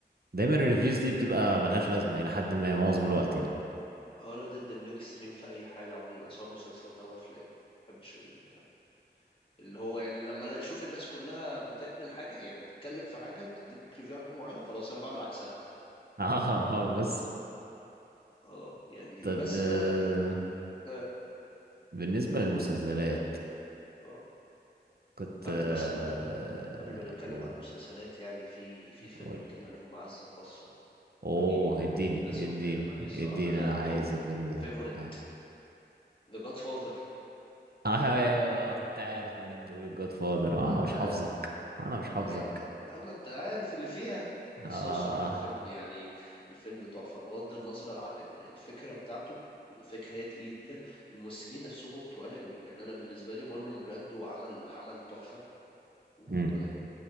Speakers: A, on the right (about 60°); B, on the left (about 30°).
A: دايما الريفيوز
B: مم.
A: دي بتبقى ملهاش لازمه الى حد ما معظم الوقت يعني
B: انا ضد المينستريم في اي حاجه عموما سواء مسلسلات او افلام ما بحبش ال- اللي هو يعني لما انا اشوف الناس كلها بتعمل حاجه يعني بتتكلم في حاجه بتديك ريفيو عن حاجه معينه خلاص انا بعمل عكسها
A: <laughs> اه اه بس
B: اه يعني
A: طب
B: بس
A: آه،
B: انا يعني اه
A: بالنسبه للمسلسلات
B: هو اه
A: كنت
B: قبل
A: آه،
B: بس ما قبل ما نتكلم
A: اقول
B: عن المسلسلات يعني في في فيلم
A: اقول
B: كده له معزه خاصه
A: اوه
B: حبيبي ده
A: اديني
B: يعني لازم
A: اديني
B: اتكلم عليه الصراحه
A: اديني
B: ده
A: انا
B: توب
A: عايز الفيلم
B: فيفوريت
A: ده اه
B: ذا جاد فاذر
A: آه، ايوه كنت عارف انك هتقول الجود فاذر آه،
B: ما
A: انا
B: انت
A: مش حافظك انا مش حافظك
B: عيب بقى اه ما انت عارف اللي فيها بس
A: اه
B: هو الصراحة الفيلم يعني الفيلم تحفة بغض النظر عن ال- الفكرة بتاعته الفكرة هي تقيلة الممثلين نفسهم تقال قوي يعني أنا بالنسبة لي مارلون براندو عمل عمل تحفة و
A: امم